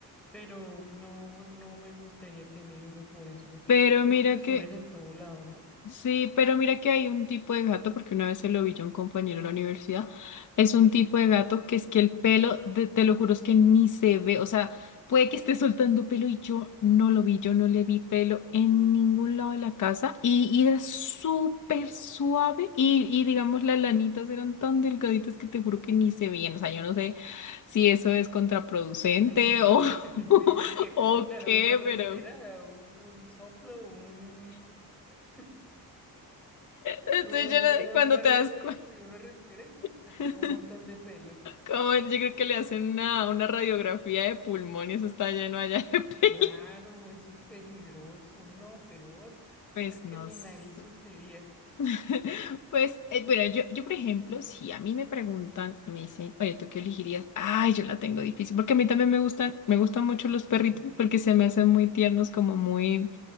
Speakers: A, in the centre; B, on the left (about 55°).
A: pero no, no me gustaría tener uno por eso, porque
B: Pero
A: esos
B: mira
A: se suben
B: que
A: en todo lado, ¿no?
B: Sí, pero mira que hay un tipo de gato, porque una vez se lo vi yo a un compañero de la universidad, es un tipo de gato que es que el pelo, de- te lo juro, es que ni se ve, o sea, puede que esté soltando pelo y yo no lo vi, yo no le vi pelo en ningún lado de la casa y, y era súper suave y, y digamos las lanitas eran tan delgaditas que te juro que ni se veían, o sea, yo no sé si eso es contraproducente
A: <laughs> Sí,
B: o,
A: <laughs>
B: <laughs>
A: sí, porque,
B: o
A: claro,
B: qué,
A: uno respira
B: pero...
A: un, un soplo, un, <laughs>
B: Entonces,
A: un- una
B: yo no- cuando
A: re-
B: te das cuenta.
A: sí, uno respira y ¡pum! se
B: <laughs>
A: traga un montón de pelos.
B: Como yo creo que le hacen una, una radiografía de pulmón y eso está lleno allá <laughs> de pelo.
A: Claro, eso es peligroso, no, peor.
B: Pues
A: Yo creo que
B: no
A: mi
B: sé.
A: nariz sufriría.
B: <laughs> Pues, eh, bueno, yo, yo, por ejemplo, si a mí me preguntan y me dicen, oye, ¿tú qué elegirías? Ay, yo la tengo difícil, porque a mí también me gustan, me gustan mucho los perritos
A: Sí,
B: porque se me hacen muy tiernos, como muy